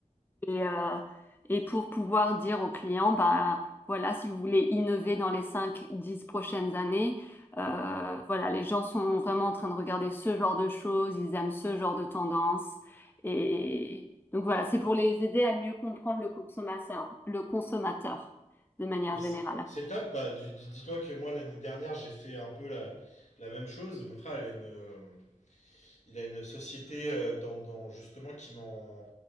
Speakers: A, on the left (about 15°); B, on the left (about 60°).
A: et, euh, et pour pouvoir dire aux clients, bah, voilà, si vous voulez innover dans les cinq dix prochaines années, euh, voilà, les gens sont vraiment en train de regarder ce genre de choses, ils aiment ce genre de tendance. Et donc voilà,
B: Ah
A: c'est pour
B: bah,
A: les aider à mieux comprendre le consommateur, le consommateur de manière
B: Mais
A: générale.
B: c- c'est top. bah, du- dis- Dis-toi que moi, l'année dernière, j'ai fait un peu la, la même chose. Mon frère, il a une, euh, il a une société euh, dans, dans- justement qui met en,